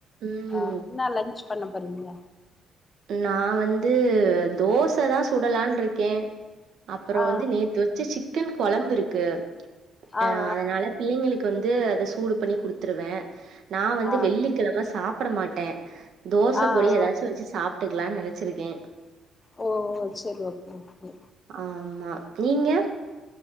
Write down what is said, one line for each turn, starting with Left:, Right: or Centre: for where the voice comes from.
Right: ம்
Left: அ இன்னா லன்ச்சு பண்ண போறீங்க
Right: நா வந்து தோச தா சுடலான் இருக்கே அப்புற
Left: ஆ
Right: வந்து நேத்து வச்ச சிக்கன் கொழம்பு இருக்கு
Left: ஆ
Right: அ அதனால பிள்ளைங்களுக்கு வந்து அத சூடு பண்ணி குடுத்துருவ நா வந்து
Left: ஆ
Right: வெள்ளிகெழம சாப்ட மாட் ட தோச
Left: ஆ ஆ
Right: பொடி ஏதாச்சு வச்சி சாப்ட்டுக்கலான் நனைச்சிருக்கே
Left: ஓ செரி ஓகே ஓகே
Right: ஆமா நீங்க